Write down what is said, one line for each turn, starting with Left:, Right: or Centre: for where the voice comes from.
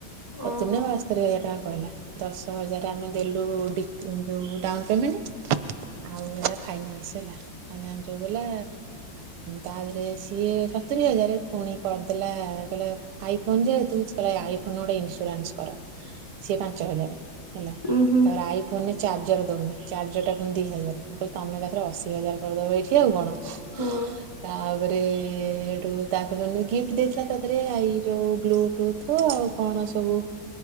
Right: ସତୁରି
Left: ଓହୋ
Right: ନା ବାସ୍ତରି ହଜାର ଟଙ୍କା କହିଲା ଦଶ ହଜାର ଆମେ ଦେଲୁ ଡି ଯୋଉ ଡାଉନ ପେମେଣ୍ଟ ଆଉ ହେଟା ଫାଇନାନ୍ସ ହେଲା ଫାଇନାନ୍ସ ଯୋଉ ହେଲା ତା ଦେହରେ ସିଏ ସତୁରି ହଜାର ପୁଣି କରିଦେଲା କହିଲା ଆଇ ଫୋନ ଯେ କହିଲେ ଆଇ ଫୋନ ଗୋଟେ ଇନ୍ସୁରାନ୍ସ କର ସିଏ ପାଞ୍ଚ ହଜାରେ। ହେଲା
Left: ଉଁ ହୁଁ
Right: ତାପରେ ଆଇ ମାନେ ଚାର୍ଜର ଦଉନି ଚାର୍ଜର ଟା ପୁଣି ଦି ହଜାର ମୁଁ କହିଲି ତମେ ଏକାଥରେ ଅଶି ହଜାର କରିଦବ ଏଇଠି ଆଉ କଣ। <inaudible>
Left: ହୁଁ।
Right: ତା ତାପରେ ହେଠୁ ତାକୁ ଜଣେ ଗିଫ୍ଟ ଦେଇଥିଲା ତା ଦେହରେ ଆ ଯୋଉ ବ୍ଲୁଟୁଥ ଆଉ କଣ ସବୁ